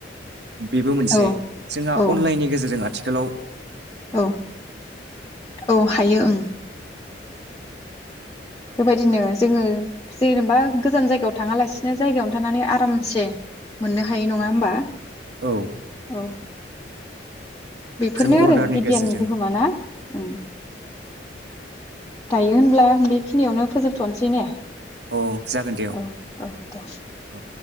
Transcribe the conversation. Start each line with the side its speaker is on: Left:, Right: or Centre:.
Right: बेबो मोनसे
Left: औ
Right: जोंहा
Left: औ
Right: अनलाइननि गेजेरजों आथिं हेलौ
Left: औ औ हायो ओं बेबायदिनो जोङो जेनेबा गोजान जायगायाव थाङालासिनो जायगायावनो थानानै आरामसे मोननो हायो नङा होमबा
Right: औ
Left: बा बेफोरनो
Right: जों
Left: आरो
Right: अर्डारनि
Left: बिगियाननि
Right: गेजेरजों
Left: गोहोमा ना ओं दायो होनब्ला बेखिनियावनो फोजोबथ'नोसै ने
Right: अ जागोन दे
Left: औ औ दे
Right: औ